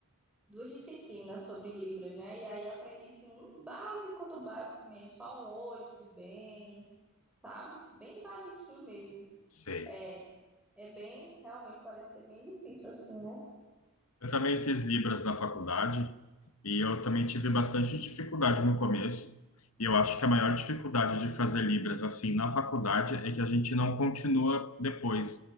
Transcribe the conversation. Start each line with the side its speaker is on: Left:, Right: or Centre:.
Centre: duas disciplinas sobre Libras, né? E aí aprendi, assim, um básico do básico mesmo, só um oi, tudo bem, sabe? Bem basiquinho mesmo.
Left: Sei.
Centre: É, é bem, realmente parece ser bem difícil, assim, né?
Left: Eu também fiz Libras na faculdade, e eu também tive bastante dificuldade no começo. E eu acho que a maior dificuldade de fazer Libras assim na faculdade é que a gente não continua depois.